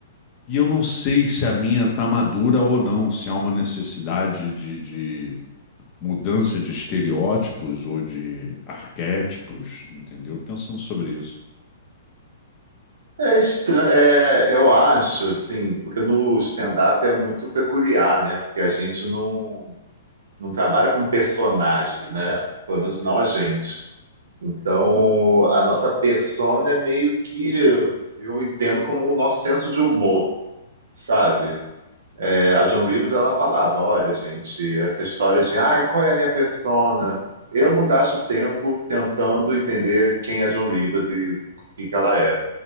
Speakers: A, on the left; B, on the right.
A: E eu não sei se a minha tá madura ou não, se há uma necessidade de, de mudança de estereótipos ou de arquétipos, entendeu? Pensando sobre isso.
B: É estra- é, eu acho, assim, porque no stand-up é muito peculiar, né? Porque a gente não, não trabalha com personagem, né? Pelo menos não a gente. Então, a nossa persona é meio que, eu entendo como o nosso senso de humor, sabe? É, a Joan Rivers ela falava, olha, gente, essa história de, ai, qual é a minha persona? Eu não gasto tempo tentando entender quem é a Joan Rivers e o que que ela é,